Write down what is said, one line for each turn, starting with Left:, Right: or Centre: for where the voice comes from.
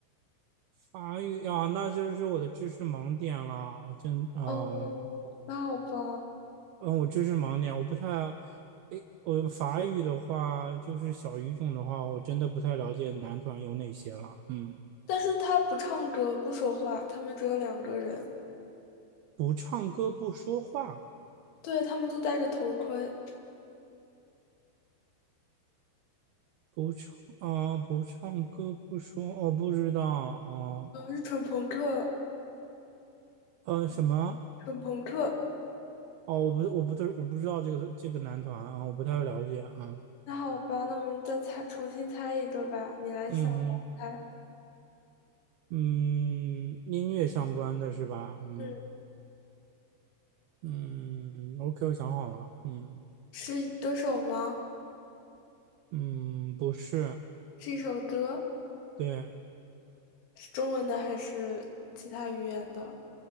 Right: 法语啊，那就是我的知识盲点了，真啊。
Left: 哦，
Right: 呃
Left: 那好吧，
Right: 嗯，我知识盲点，我不太，诶，我法语的话，就是小语种的话，我真的不太了解男团有哪些了。嗯，
Left: 但是他不唱歌，不说话，他们只有两个人，
Right: 不唱歌不说话，
Left: 对，他们都戴着头盔。
Right: 不唱啊、不唱歌不说，我不知道哦，
Left: 是纯朋克，
Right: 呃，什么？
Left: 纯朋克。
Right: 哦，我不，我不知，我不知道这个这个男团啊，我不太了解啊。
Left: 那好吧，那我们再猜，重新猜一个吧。你来想，
Right: 嗯哼，
Left: 我来猜。
Right: 嗯，音乐相关的是吧？嗯
Left: 嗯，
Right: 嗯嗯，OK，我想好了，嗯
Left: 是歌手吗？
Right: 嗯，不是，
Left: 是一首歌，
Right: 对。
Left: 是中文的还是其他语言的？